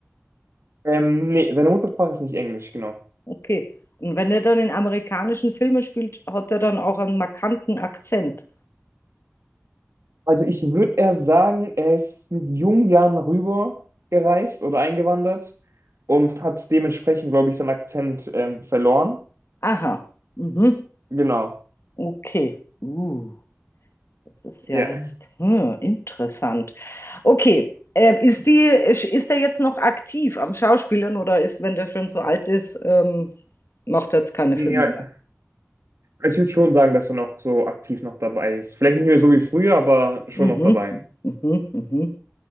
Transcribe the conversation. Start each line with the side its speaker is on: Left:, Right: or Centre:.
Right: Ähm, nee, seine Muttersprache ist nicht Englisch, genau.
Left: Okay. Und wenn er dann in amerikanischen Filmen spielt, hat er dann auch einen markanten Akzent.
Right: Also ich würde eher sagen, er ist mit jungen Jahren rüber gereist oder eingewandert und hat dementsprechend, glaube ich, seinen Akzent ähm, verloren.
Left: Aha, mhm,
Right: Genau.
Left: okay. Uh. Das ist ja
Right: Ja.
Left: jetzt hm, interessant. Okay, äh, ist die, ist, ist der jetzt noch aktiv am Schauspielern oder ist, wenn der schon so alt ist, ähm, macht er jetzt keine
Right: Ja,
Left: Filme mehr?
Right: ich würde schon sagen, dass er noch so aktiv noch dabei ist. Vielleicht nicht mehr so wie früher, aber schon
Left: Mhm,
Right: noch dabei.
Left: mhm, mhm, mhm.